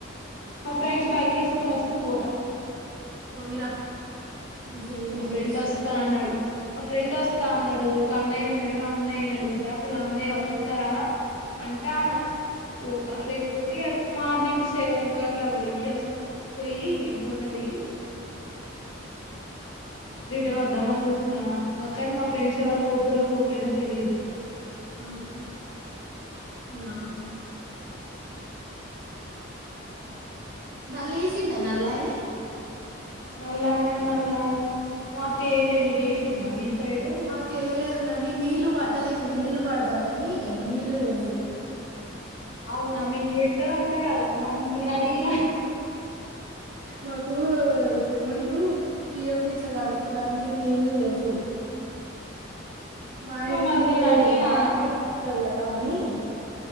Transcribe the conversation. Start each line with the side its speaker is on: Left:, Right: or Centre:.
Left: మా ఫ్రెండ్స్ బైక్ వేసుకొని వస్తే పోతా
Right: పోయిరా మంచిగా ఎంజాయ్
Left: మా ఫ్రెండ్
Right: చేసిరా
Left: వస్తానన్నాడు ఒక ఫ్రెండ్ వస్తా అన్నాడు ఒక అన్నయ్య ఉన్నాడు అన్నాయినీ అడుగుతా ఒకవేళ ఆ అన్నయ్య వాస్ వస్తారా అంటా పోతా లేకపోతే మార్నింగ్ సెవెన్ క అట్లా పోయి వస్తా పోయి ఫోటో దిగి రిటర్న్ వద్దామని చూస్త నా మా కాని మా ఫ్రెండ్స్ ఎవరు పోతుర పోట్లేరా తెలీదు
Right: ఆహన్నా నల్ ఏసింట నల్యనే
Left: నల్ల ఆయన నల్ల మాకెయ్యాలె మీకేసింద మీ సైడు
Right: మాకలేది కానీ నీళ్ళలు బట్టలేని నీళ్ళలు పడదామని నీళ్ళలు ఇవ్వు
Left: అవునా మీకు ఎస్తడ ఉంటా కదామ్మా నేను అడిగిన
Right: మాకు ఇప్పుడు ఏమంటారు బియ్యం గ ఇట్లా కడుక్కోడానికి నీళ్ళు లేవవు మా ఆయనే
Left: మరి
Right: ఏమో
Left: నేను
Right: లేడు
Left: అడిగినా
Right: మా ఆయన ఉంటే పతాడు కదా అని